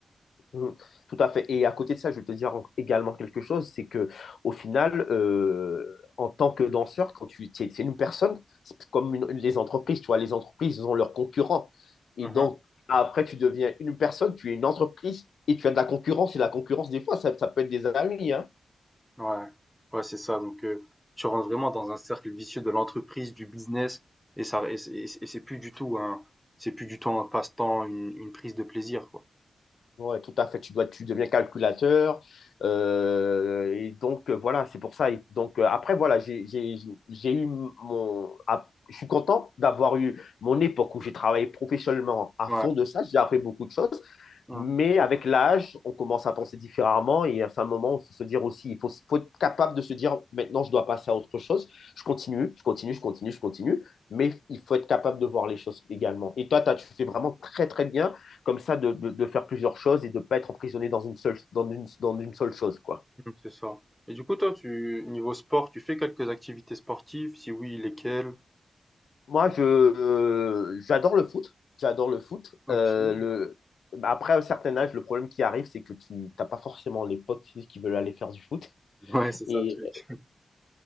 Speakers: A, on the left (about 85°); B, in the centre.
A: Mhm. Tout à fait. Et à côté de ça, je vais te dire en- également quelque chose, c'est que au final, euh, en tant que danseur, quand tu es, une personne, c'est comme une- les entreprises, tu vois, les entreprises ils ont leurs concurrents. Et
B: Mmh
A: donc, après, tu deviens une personne, tu es une entreprise et tu as de la concurrence. Et la concurrence, des fois, ça, ça peut être des amis, hein.
B: Ouais. Ouais, c'est ça donc heu, tu rentres vraiment dans un cercle vicieux de l'entreprise, du business et ça et c'est et c'est et c'est plus du tout un c'est plus du tout un passe-temps, une une prise de plaisir, quoi.
A: Ouais, tout à fait. Tu dois, tu deviens calculateur. euh, et donc, euh, voilà, c'est pour ça. Et donc, euh, après, voilà, j'ai, j'ai, j'ai eu mon. ah, je suis content d'avoir eu mon époque où j'ai travaillé professionnellement à
B: Ouais.
A: fond de ça. J'ai appris beaucoup de choses.
B: Mmh,
A: Mais avec l'âge, on commence à penser différemment. Et à un moment, il faut se dire aussi, il faut, faut être capable de se dire, maintenant, je dois passer à autre chose. Je continue, je continue, je continue, je continue. Mais il faut être capable de voir les choses également. Et toi, t'as, tu fais vraiment très, très bien comme ça de, de, de, faire plusieurs choses et de ne pas être emprisonné dans une seule, dans une, dans une seule chose. Quoi.
B: mmh, c'est ça et du coup, toi, tu niveau sport, tu fais quelques activités sportives? Si oui, lesquelles?
A: Moi, je, euh, j'adore le foot. J'adore le foot.
B: OK.
A: Euh,
B: <laughs>
A: le... Après un certain âge, le problème qui arrive, c'est que tu n'as pas forcément les potes qui veulent aller faire du foot.
B: Ouais, c'est ça
A: Et
B: le truc.